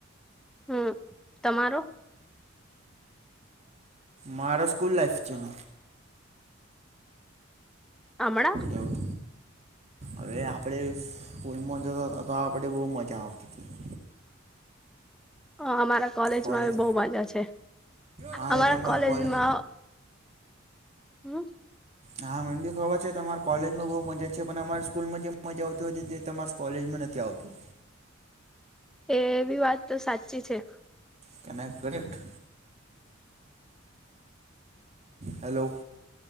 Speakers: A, in the centre; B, on the right (about 35°).
A: હમ તમારો?
B: મારો સ્કૂલ લાઈફ છે ન.
A: હમણા?
B: એવું હવે આપડે <unintelligible> આપડે બહુ મજા આવતી હતી.
A: હ મારા. કોલેજમાં
B: કોલેજ
A: બહુ મજા છે
B: હા
A: અમારા
B: એ તમારા
A: કોલેજમાં.
B: કોલેજ
A: હમ.
B: હા મન ભી ખબર છે તમાર કોલેજમાં બહુ મજા છે પણ અમારી સ્કૂલમાં જે મજા આવતી હોય તે તમાર કોલેજમાં નથી આવતી.
A: એવી વાતતો સાચી છે.
B: Can I correct? Hello.